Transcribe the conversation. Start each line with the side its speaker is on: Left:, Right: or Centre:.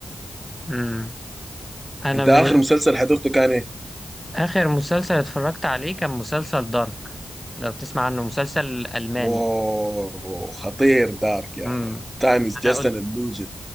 Centre: امم انا
Right: انت
Centre: من
Right: اخر
Centre: ال-
Right: مسلسل حضرته كان ايه؟
Centre: اخر مسلسل اتفرجت عليه كان مسلسل دارك لو بتسمع عنه مسلسل الماني
Right: واو خطير دارك يا
Centre: امم
Right: مان تايم از
Centre: انا
Right: جاست
Centre: قلت
Right: ان illusion